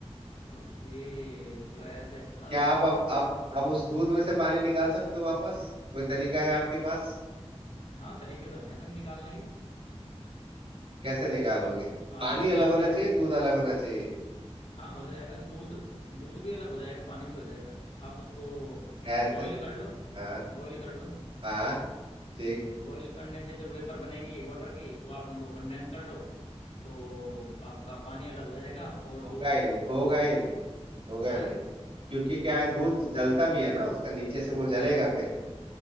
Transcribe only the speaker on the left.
ओके तो ऐसे था
हाँ तरीके तो हैं सर निकालने के
आप
जितना
चाहे
हाँ हो जाएगा दूध दूध भी अलग हो जाएगा पानी भी हो जाएगा आप उसको
बॉईल कर लो
बॉईल कर लो
बॉईल करने से जो वेपर बनेंगी वाटर की वो आप उनको कंडेंस कर लो तो आपका पानी अलग हो जाएगा और
दूध
है